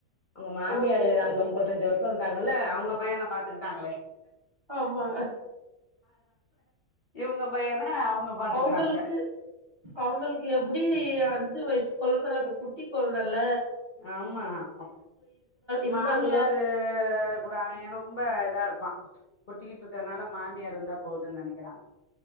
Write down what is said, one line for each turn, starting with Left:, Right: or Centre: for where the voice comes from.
Left: அவுங்க மாமியாரு
Right: ஓ எட்டு
Left: அங்க
Right: வயசு
Left: முப்பத்தஞ்சு வருஷத் இருகாங்கல்ல அவுங்க பையன பாத்துக்கிட்டாங்களே
Right: அம்மா
Left: இவுங்க பையனா அ அவுங்க பாத்துக்கறாங்க
Right: அவங்களுக்கு அவங்களுக்கு எப்டி அஞ்சு வயசு கொழ்ந்தனா அது குட்டி கொழ்ந்தல்ல
Left: ஆமா அப்
Right: இருந்தாங்களோ
Left: மாமியாரு கூட அவய ரொம்ப இதா இருப்பான் ஒட்டிக்கிட்டு இருக்கனால மாமியார் இருந்தா போதுன் நனைக்கிறா